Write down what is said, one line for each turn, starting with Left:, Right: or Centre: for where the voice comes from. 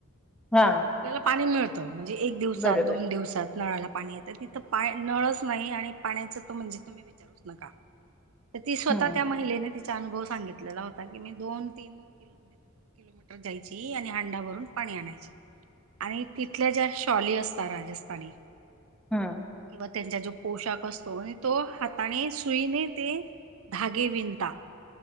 Centre: हा
Right: आपल्याला पाणी मिळतं म्हणजे एक दिवसात,
Centre: बरोबर
Right: दोन दिवसात. नळाला पाणी येतं तिथं नळच नाही आणि पाण्याच तर म्हणजे तुम्ही विचारूच नका. तर ती स्वतः
Centre: हम्म
Right: त्या महिलेने तिचा अनुभव सांगितलेला होता की मी दोन, तीन किलोमीटर जायची आणि हांडावररून पाणी आणायची. आणि तिथल्या ज्या शॉली असतात राजस्थानी.
Centre: हं.
Right: किंवा त्यांचा जो पोशाख तो आणि तो हाताने सुईने ते धागे विणता.